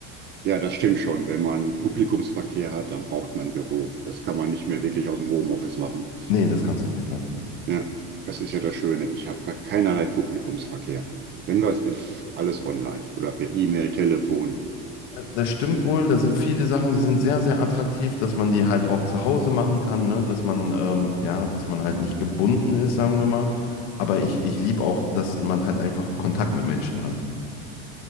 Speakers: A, on the right; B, on the left.
A: Ja, das stimmt schon. Wenn man Publikumsverkehr hat, dann braucht man ein Büro. Das kann man nicht mehr wirklich aus dem Homeoffice machen.
B: Nee, das kannst du nicht mehr.
A: Ja, das ist ja das Schöne. Ich habe gar keinerlei Publikumsverkehr. Wenn was ist, alles online oder per E-Mail, Telefon.
B: Das stimmt wohl, da sind viele Sachen, die sind sehr, sehr attraktiv, dass man die halt auch zu Hause machen kann, ne? Dass man, ähm, ja, dass man halt nicht gebunden ist, sagen wir mal. Aber ich, ich liebe auch, dass man halt einfach Kontakt mit Menschen hat.